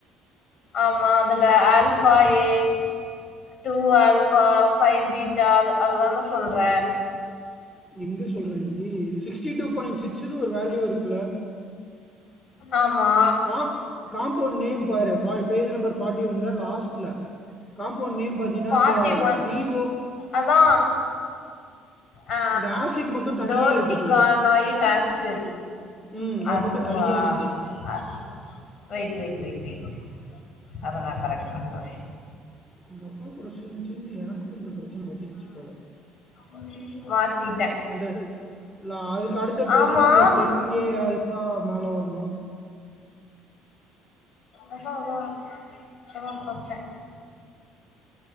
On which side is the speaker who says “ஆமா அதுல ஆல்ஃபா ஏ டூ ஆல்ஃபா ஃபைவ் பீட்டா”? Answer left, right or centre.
Left